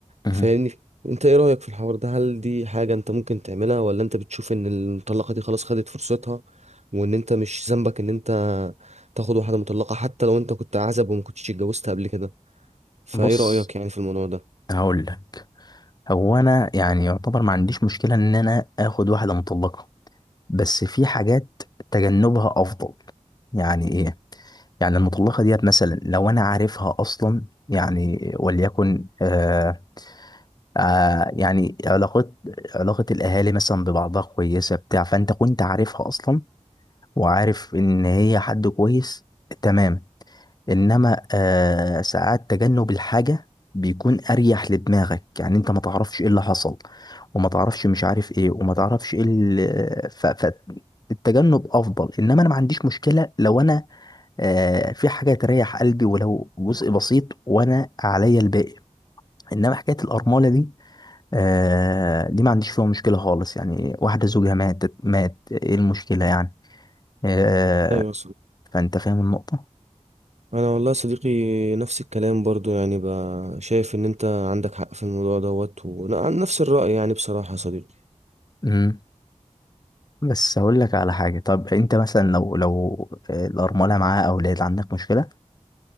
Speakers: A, on the left; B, on the right.
A: مهم.
B: فاهمني انت ايه رايك في الحوار ده هل دي حاجه انت ممكن تعملها ولا انت بتشوف ان المطلقه دي خلاص خدت فرصتها وان انت مش ذنبك ان انت تاخد واحده مطلقه حتى لو انت كنت عزب وما كنتش اتجوزت قبل كده فايه
A: بص
B: رايك يعني في الموضوع ده
A: هقول لك هو انا يعني يعتبر ما عنديش مشكلة ان انا اخد واحدة مطلقة بس في حاجات تجنبها افضل يعني ايه يعني المطلقة ديت مثلا لو أنا عارفها أصلا يعني وليكن آه، آه يعني علاقات علاقة الأهالي مثلا ببعضها كويسة بتاع فأنت كنت عارفها أصلا وعارف إن هي حد كويس تمام إنما آه ساعات تجنب الحاجة بيكون أريح لدماغك يعني أنت ما تعرفش إيه اللي حصل وما تعرفش مش عارف إيه وما تعرفش إيه اللي ف... ف... التجنب أفضل إنما أنا ما عنديش مشكلة لو أنا آه في حاجة تريح قلبي ولو جزء بسيط وأنا عليا الباقي إنما حكاية الأرملة دي آه دي ما عنديش فيها مشكلة خالص يعني واحدة زوجها ماتت مات ايه المشكلة يعني آه
B: ايوه
A: فانت فاهم النقطة
B: انا والله يا صديقي نفس الكلام برضو يعني بقى شايف ان انت عندك حق في الموضوع دوت وانا عن نفس الرأي يعني بصراحة يا صديقي
A: امم بس هقول لك على حاجة طب انت مثلا لو لو آه، الأرملة معاها أولاد عندك مشكلة